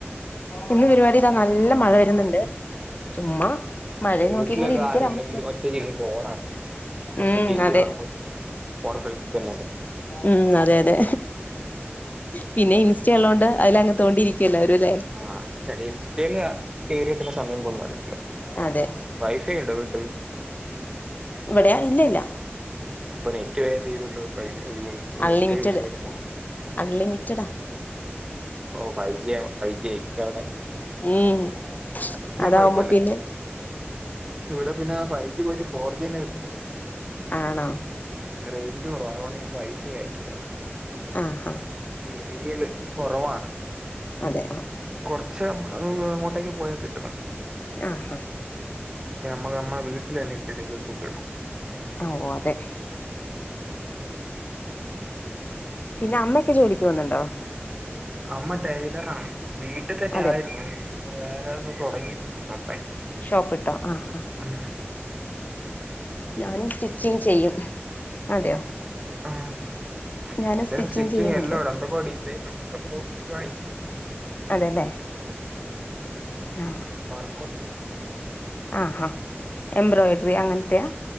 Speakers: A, on the left; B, on the right.
A: ഇന്ന് പരിപാടി ദാ നല്ല മഴ വരുന്നുണ്ട് ചുമ്മാ മഴയും നോക്കി
B: വീട്ടിലൊക്കെ
A: ഇങ്ങനെ ഇരിക്കലാണ്
B: ആരും ഇല്ലെങ്കിൽ ഒറ്റയ്ക്ക് ഇരിക്കുമ്പോ ബോറാണ് കുറച്ച്
A: ഉം
B: ടി വി
A: അതെ
B: കാണും കുറച്ച് ഫോണ് കളിക്കുന്നല്ലേ
A: ഉം അതെ അതെ പിന്നെ ഇൻസ്റ്റ ഉള്ളോണ്ട് അതില അങ്ങ് തോണ്ടിയിരിക്കുവല്ലാരും ല്ലേ
B: ആ ഇൻസ്റ്റല് കേറിയ പിന്നെ സമയം പോകുന്നത് അറിയില്ല.
A: അതെ
B: വൈഫൈ ഉണ്ടോ വീട്ടില്
A: ഇവിടെയാ ഇല്ലല്ല
B: അപ്പൊ നെറ്റ് വേം തീരോല്ലോ
A: അൺലിമിറ്റഡ്
B: ഇൻസ്റ്റ യൂസെയ്താ
A: അൺലിമിറ്റഡാ
B: ഓ ഫൈവ് ജിആണ്. ഫൈവ് ജി അവിടെ അതോണ്ട്
A: ഉം
B: പിന്നെ
A: അതാവുമ്പോ
B: കുഴപ്പല്ല.
A: പിന്നെ
B: ഇവിടെ പിന്നെ ഫൈ ജി പോയ്‌റ്റ് ഫോർജിന്നെ കട്ട്
A: ആണോ
B: റൈഞ്ച് കുറവാ. അതോണ്ട് ഞാൻ വൈഫൈ ആക്കി തോട
A: ആഹാ
B: ഈ ഏര്യയില് കൊറവാണ്
A: അതെ ആ
B: കൊർച്ച് അങ്ങോട്ടേക്ക് പോയ കിട്ടും
A: ആഹ് ഹാ
B: നമ്മള് നമ്മളെ വീട്ടിലെന്നെ <unintelligible>
A: ഓ അതെ പിന്നെ അമ്മഒക്കെ ജോലിക്ക് പോകുന്നുണ്ടോ
B: അമ്മ ടൈലറാണ് വീട്ട്തന്നെ
A: അതെ
B: ആയിരുന്നു പൊ വേറെ ഒന്ന് തൊടങ്ങിയിട്ടുണ്ട്. ഫുൾ ടൈം
A: ഷോപ്പ് ഇട്ടോ ആഹ്
B: ആ ഹ്
A: ഞാനും സ്റ്റിച്ചിങ് ചെയ്യും. അതെയോ
B: ആ. <unintelligible>
A: ഞാനും
B: സ്റ്റിച്ചിങ്
A: ചെയ്യുന്നുണ്ട്
B: എല്ലാംണ്ട്‌ എന്തൊക്കൊ ഡിസൈന എന്തൊക്കൊ <unintelligible>
A: അതെല്ലേ ആഹ്
B: വർക്കൊക്കെ
A: ആഹ് ഹാ എംബ്രോയ്ഡ്രി അങ്ങൻത്തെയാ